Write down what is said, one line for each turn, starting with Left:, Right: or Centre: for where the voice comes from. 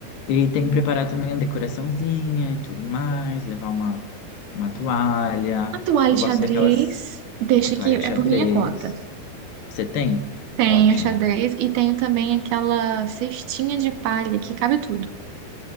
Left: E tem que preparar também a decoraçãozinha e tudo mais, levar uma, uma toalha.
Right: A toalha
Left: Eu gosto
Right: xadrez,
Left: daquelas,
Right: deixa
Left: a toalha
Right: que é
Left: xadrez.
Right: por minha conta.
Left: Você tem?
Right: Tenho
Left: Ótimo.
Right: xadrez e tenho também aquela cestinha de palha que cabe tudo.